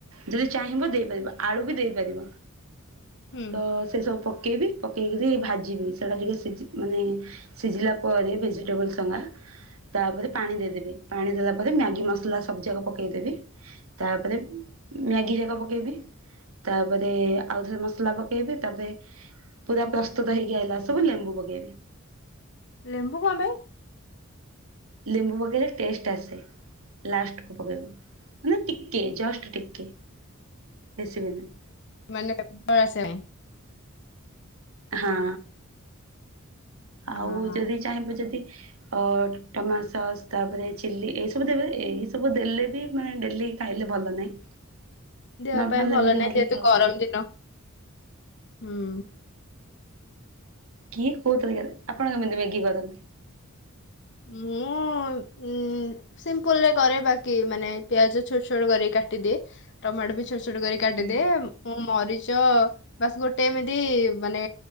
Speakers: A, on the right; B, on the left.
A: ଯଦି ଚାହିଁବ ଦେଇପାରିବ ଆଳୁ ବି ଦେଇପାରିବ।
B: ହୁଁ
A: ତ ସେସବୁ ପ ପକେଇବି ପକେଇକରି ଭାଜିବି ସେଇଟା ଟିକେ ସିଝି ମାନେ ସିଝିଲା ପରେ ଭେଜିଟେବଲ ସଙ୍ଗା ତାପରେ ପାଣି ଦେଇଦେବି ପାଣି ଦେଲା ପରେ ମ୍ୟାଗି ମସଲା ସବୁ ଯାକ ପକେଇଦେବି ତାପରେ ମ୍ୟାଗି ଯାକ ପକେଇବି ତାପରେ ଆଉଥରେ ମସଲା ପକେଇବି ତାପରେ ପୁରା ପ୍ରସ୍ତୁତ ହେଇକି ଆଇଲା ସବୁ ଲେମ୍ବୁ ପକେଇବି।
B: ଲେମ୍ବୁ କଣ ପାଇଁ?
A: ଲେମ୍ବୁ ପକେଇଲେ ଟେଷ୍ଟ ଆସେ ଲାଷ୍ଟକୁ ପକେଇବ ମାନେ ଟି- ଏଇ ଜଷ୍ଟ ଟିକେ। <unintelligible>
B: ମାନେ <unintelligible>
A: ହଁ। ଆଉ
B: ଆ
A: ଯଦି ଚାହିଁବେ ଯଦି ଅ ଟମାସସ୍ ତାପରେ ଚିଲି ଏଇ ସବୁ ଦେବେ ଏଇ ସବୁ ଦେଲେ ବି ମାନେ ଡେଲି ଖାଇଲେ ଭଲ ନାହିଁ।
B: ଦେହ
A: ନର୍ମାଲ
B: ପାଇଁ ଭଲ
A: ଏମିତି
B: ନାହିଁ
A: କରିକି
B: ଯେହେତୁ
A: ଖାଇବା
B: ଗରମ ଦିନ ହୁଁ।
A: କିଏ କୋଉ ପରିକାରେ ଆପଣ କେମିତି ମ୍ୟାଗି କରନ୍ତି?
B: ମୁଁ ସିମ୍ପୁଲ ରେ କରେ ବାକି ମାନେ ପିଆଜ ଛୋଟ ଛୋଟ କରିକି କାଟିଦିଏ ଟମାଟୋ ବି ଛୋଟ ଛୋଟ କରି କାଟିଦିଏ
A: ହଁ
B: ମୁଁ ମରିଚ ବାସ୍ ଗୋଟେ ଏମିତି ମାନେ